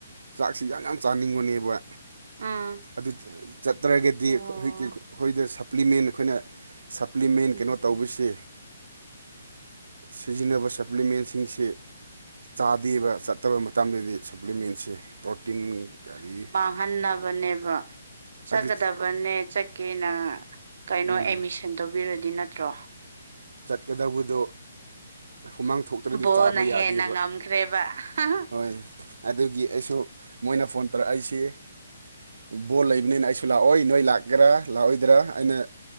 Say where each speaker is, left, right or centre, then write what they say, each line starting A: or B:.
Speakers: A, on the right; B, on the right.
A: ꯆꯥꯛꯁꯤ ꯌꯥꯝ ꯌꯥꯝ ꯆꯥꯅꯤꯡꯕꯅꯦꯕ
B: ꯎꯝ
A: ꯑꯗꯨ ꯆꯠꯇ꯭ꯔꯒꯗꯤ
B: ꯑꯣ
A: ꯈꯣꯏꯒꯤ ꯑꯩꯈꯣꯏꯗ ꯁꯄ꯭ꯂꯤꯃꯦꯟ ꯑꯩꯈꯣꯏꯅ ꯁꯄ꯭ꯂꯤꯃꯦꯟ
B: ꯎꯝ
A: ꯀꯩꯅꯣ ꯇꯧꯕꯁꯤ ꯁꯤꯖꯤꯟꯅꯕ ꯁꯄ꯭ꯂꯤꯃꯦꯟꯁꯤꯡꯁꯤ ꯆꯥꯗꯦꯕ ꯆꯠꯇꯕ ꯃꯇꯝꯗꯗꯤ ꯁꯄ꯭ꯂꯤꯃꯦꯟꯁꯦ ꯄ꯭ꯔꯣꯇꯤꯟ ꯀꯔꯤ
B: ꯃꯟꯅꯕꯅꯦꯕ ꯆꯠꯀꯗꯕꯅꯦ
A: ꯑꯗꯨ
B: ꯆꯠꯀꯦꯅ ꯀꯩꯅꯣ
A: ꯎꯝ
B: ꯑꯦꯗꯃꯤꯁꯟ ꯇꯧꯕꯤꯔꯗꯤ ꯅꯠꯇ꯭ꯔꯣ
A: ꯆꯠꯀꯗꯧꯕꯗꯣ ꯍꯨꯃꯥꯡ ꯊꯣꯛꯇ꯭ꯔꯗꯤ
B: ꯕꯣꯜꯅ
A: ꯆꯥꯕ
B: ꯍꯦꯟꯅ
A: ꯌꯥꯗꯦꯕ
B: ꯉꯝꯈ꯭ꯔꯦꯕ ꯍꯥ
A: ꯍꯣꯏ ꯑꯗꯨꯒꯤ ꯑꯩꯁꯨ ꯃꯣꯏꯅ ꯐꯣꯟ ꯇꯧꯔꯛꯑꯩꯁꯤ ꯕꯣꯜ ꯂꯩꯕꯅꯤꯅ ꯑꯩꯁꯨ ꯂꯥꯛꯑꯣꯏ ꯅꯣꯏ ꯂꯥꯛ ꯒꯔꯥ ꯂꯥꯛꯑꯣꯏꯗ꯭ꯔꯥ ꯑꯩꯅ